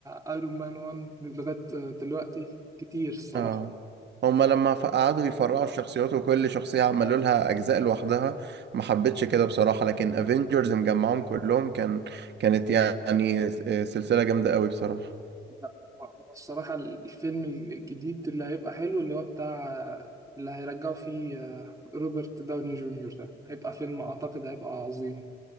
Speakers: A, on the right; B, on the right.
A: ايرون مان 1 من لغاية دلوقتي كتير الصراحة
B: اه هما لما ف- قعدوا يفرعوا الشخصيات وكل شخصية عملوا لها أجزاء لوحدها ما حبيتش كده بصراحة لكن افنجرز مجمعهم كلهم كان كانت يعني س- سلسلة جامدة قوي بصراحة
A: لا هو الصراحة الفيلم الجديد اللي هيبقى حلو اللي هو بتاع اللي هيرجعوا فيه آه، روبرت داوني جونيور ده هيبقى فيلم أعتقد هيبقى عظيم